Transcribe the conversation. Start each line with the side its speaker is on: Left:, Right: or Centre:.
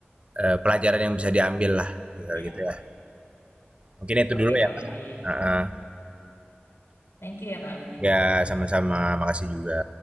Right: eh, pelajaran yang bisa diambil lah gitu,
Left: iya.
Right: gitu ya. Mungkin itu
Left: Oke
Right: dulu ya,
Left: kak
Right: Kak.
Left: Willy.
Right: Ah, ah.
Left: Thank you ya kak Willy.
Right: Ya, sama-sama. Makasih juga.